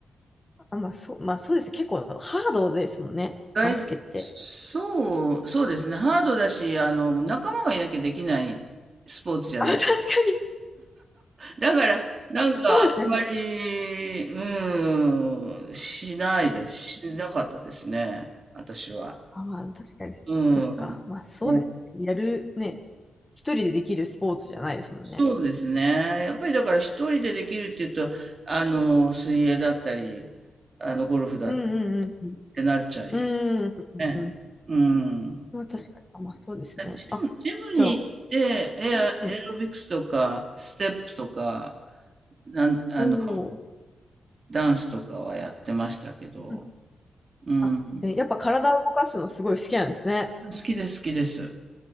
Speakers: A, on the left; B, on the right.
A: あ、まあそう、まあそうです。結構ハードですもんね、
B: 外そう、
A: バスケって。
B: そうですね、ハードだし、あの、仲間がいなきゃできないスポーツじゃない。
A: あ、確かに。
B: だから、なんか、
A: そうですね。
B: あんまり、うん、しないです。しなかったですね、私は。
A: あ、まあ、確かに。
B: うん。
A: そっか。まあ、そうですね。
B: ね
A: やる、ね、一人でできるスポーツじゃないですもんね。
B: そうですね。やっぱりだから一人でできるっていうと、あの、水泳だったり、あの、ゴルフだっ
A: うんうんうん。
B: てなっちゃい、
A: うん。うんうんうん。
B: ね。うん。
A: まあ、確かに。あまあ、そうですね。
B: ジム、
A: あ、
B: ジムに行って、
A: じゃあ、
B: エア、
A: うんうん。
B: エアロビクスとか、ステップとか、なん、あの、
A: おー
B: ダンスとかはやってましたけど、
A: うん
B: うん。
A: あ、ねやっぱ体を動かすのすごい好きなんですね。
B: 好きです、好きです。